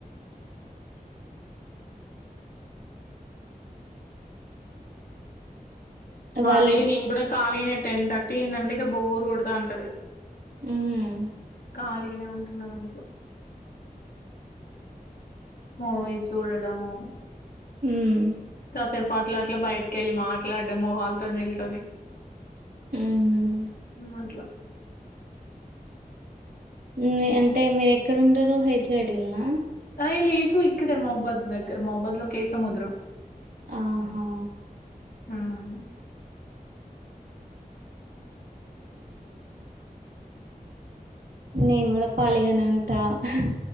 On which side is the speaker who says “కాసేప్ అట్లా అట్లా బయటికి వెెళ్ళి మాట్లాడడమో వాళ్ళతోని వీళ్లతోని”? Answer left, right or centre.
Left